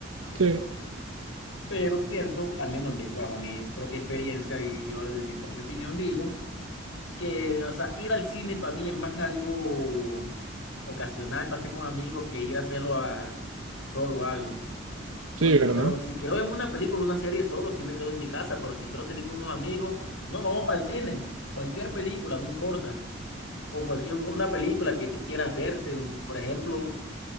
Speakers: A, on the right (about 85°); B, on the left (about 75°).
A: sí,
B: Pero pienso, al menos en mi- bajo mi propia experiencia y yo de mi propia opinión digo, que, o sea, ir al cine para mí es más que algo ocasional, pasé con amigos, que ir a hacerlo a solo algo.
A: sí,
B: Porque
A: ¿verdad?
B: si quiero, si quiero verme una película, una serie solo, si me quedo en mi casa, pero si quiero salir con unos amigos, no, vamos para el cine. Cualquier película, no importa. O cualquier, una película que tú quieras verte. un- Por ejemplo,